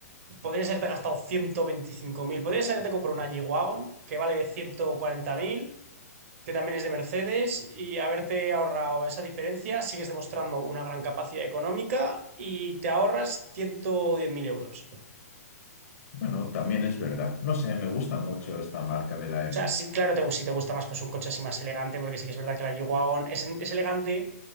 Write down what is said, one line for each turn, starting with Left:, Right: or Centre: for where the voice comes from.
Right: Podrías haberte gastado 125.000. Podrías haberte comprado una G-Wagon que vale ciento cuarenta mil. que también es de Mercedes, y haberte ahorrado esa diferencia, sigues demostrando una gran capacidad económica y te ahorras 110.000 mil euros. O
Left: Bueno, también es verdad. No sé, me gusta mucho esta marca de la M.
Right: sea, sí, claro, te, si te gusta más pues un coche así más elegante, porque sí que es verdad que la Jaguar es, es elegante,